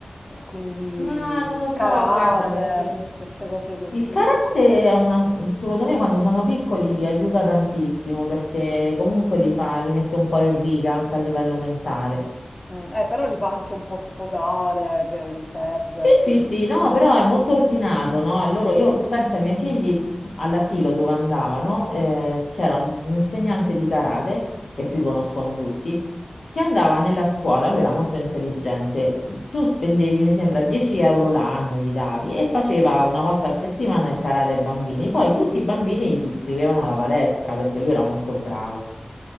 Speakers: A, on the left (about 25°); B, on the left (about 75°).
A: E quindi
B: Ma non lo
A: il
B: so,
A: karate,
B: guarda, perché...
A: queste cose così.
B: Il karate è una, secondo me quando sono piccoli li aiuta tantissimo perché comunque li fa, li mette un po' in riga anche a livello mentale.
A: Mm, eh, però li fa anche un po' sfogare, che gli serve,
B: Sì,
A: sì.
B: sì, sì, no, però è molto ordinato, no? E loro, io penso ai miei figli mhmm, all'asilo dove andavano, eh, c'era un insegnante di karate, che qui conoscono tutti, che andava nella scuola, lui era molto intelligente, mhmm, tu spendevi, mi sembra, 10 euro l'anno, gli davi, e faceva una volta a settimana il karate ai bambini, poi tutti i bambini gli si iscrivevano alla palestra perché lui era molto bravo.